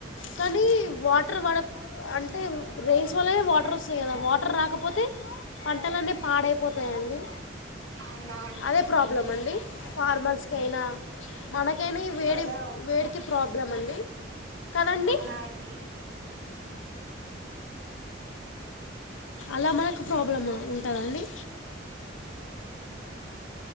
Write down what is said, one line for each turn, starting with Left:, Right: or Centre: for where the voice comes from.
Left: కానీ వాటర్ వాడ అంటే రెయిన్స్ వల్లనే వాటర్ వస్తాయి గదా వాటర్ రాకపోతే పంటలన్నీ పాడైపోతయండి
Right: అవునా అండి
Left: అదే ప్రాబ్లం అండి ఫార్మర్స్కి అయినా మనకైనా ఈ వేడి
Right: అదా
Left: వేడికి ప్రాబ్లం అండి కదండి
Right: అవునా అండి
Left: అలా మనకు ప్రాబ్లం ఉంటద అండి